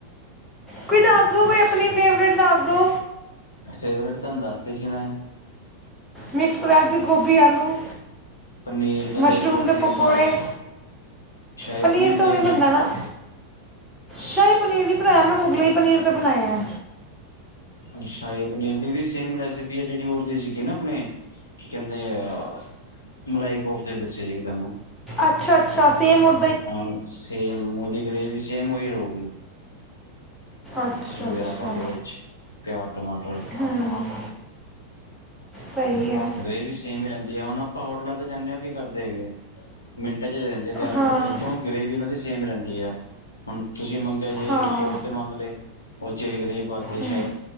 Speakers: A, in the centre; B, on the left.
A: ਕੋਈ ਦੱਸ ਦੋ ਕੋਈ ਆਪਣੀ ਫੇਵਰੇਟ ਦੱਸ ਦੋ।
B: ਫੇਵਰੇਟ ਤੁਹਾਨੂੰ ਦੱਸਤੀ ਸੀ ਮੈਂ।
A: ਮਿਕਸ ਵੈਜ, ਗੋਭੀ, ਆਲੂ
B: ਪਨੀਰ ਦਾ
A: ਮਸ਼ਰੂਮ
B: ਦੇਖ ਲੋ ਪਨੀਰ
A: ਦੇ ਪਕੌੜੇ।
B: ਬਣਾ ਲੋ ਸ਼ਾਹੀ
A: ਪਨੀਰ ਤੋ
B: ਦੇਖ
A: ਉਈ
B: ਲੋ
A: ਬਣਦਾ ਨਾ। ਸ਼ਾਈ ਪਨੀਰ ਨੀ ਬਣਾਇਆ ਮੈ ਮੁਗਲਾਈ ਪਨੀਰ ਤੇ ਬਣਾਇਐ।
B: ਅੱਛਾ ਜੀ ਪਨੀਰ ਦੀ ਵੀ ਸੇਮ ਰੈਸੀ ਪੀ ਆ ਜੇੜੀ ਇਦੀ ਸੀਗੀ ਨਾ ਆਪਣੇ ਕੀ ਕੈਂਦੇ ਆ ਮਲਾਈ ਕੋਫ ਤੇ ਦੱਸੇ ਸੀਗੇ ਤੁਹਾਨੂੰ।
A: ਅੱਛਾ-ਅੱਛਾ ਸੇਮ ਉ
B: ਹਾਂ ਸੇਮ <unintelligible> ਗ੍ਰੇਵੀ ਸੇਮ ਓਈ ਰਊਗੀ।
A: ਅੱਛਾ-ਅੱਛਾ
B: ਵਗੈਰਾ ਪਾ ਕੇ ਵਿੱਚ ਪਿਆਜ਼ ਟਮਾਟਰ
A: ਹੂੰ। ਸਈ ਐ।
B: ਗਰੇਵੀ ਸੇਮ ਈ ਰੈਂਦੀ ਆ। ਹੁਣ ਆਪਾ ਹੋਟਲਾ ਤੇ ਜਾਂਨੇ ਆ ਓ ਕੀ ਕਰਦੇ ਹੈਗੇ ਮਿੰਟਾਂ ਚ ਦੇ ਦਿੰਦੇ ਆ ਤਿਆਰ
A: ਹਾਂ
B: ਕਰਕੇ ਓ। ਕਿਓ ਗਰੇਵੀ ਉਨਾ ਦੀ ਸੇਮ ਰੈਂਦੀ ਐ ਹੁਣ ਤੁਸੀ ਮੰਗਿਆ ਜੇ
A: ਹਾਂ
B: ਕੋਫ ਤੇ ਮੰਗ ਲਏ ਓ ਚੇ ਗਰੇਵੀ ਪਾਤੀ <unintelligible> ਓ ਚ
A: ਹਮ।